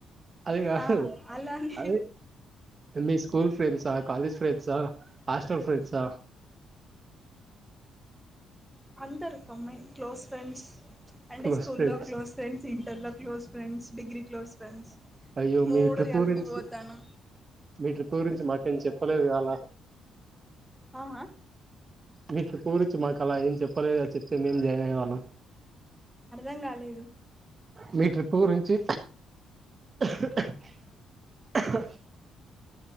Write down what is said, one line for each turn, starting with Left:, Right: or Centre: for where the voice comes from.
Right: అది కాదు
Centre: ఆ అలానే
Right: అది మీ స్కూల్ ఫ్రెండ్సా కాలేజ్ ఫ్రెండ్సా హాస్టల్ ఫ్రెండ్సా
Centre: అందరూ కంబైన్ క్లోస్ ఫ్రెండ్స్ అంటే
Right: క్లోజ్
Centre: స్కూల్లో
Right: ఫ్రెండ్స్
Centre: క్లోజ్ ఫ్రెండ్స్ ఇంటర్లో close friends degree close friends
Right: అయ్యో
Centre: మూడు
Right: మీ ట్రిప్
Centre: కలిపి
Right: గురించి
Centre: పోతాను
Right: మీ ట్రిప్ గురించి మాకేం చెప్పలేదు అలా
Centre: ఆహా
Right: మీకు పూర్చు మాకు అలా ఏం చెప్పలేదు చెప్తే మేం జాయిన్ అయ్యేవాళ్ళం
Centre: అర్థం గాలేదు
Right: మీ ట్రిప్పు గురించి <unintelligible>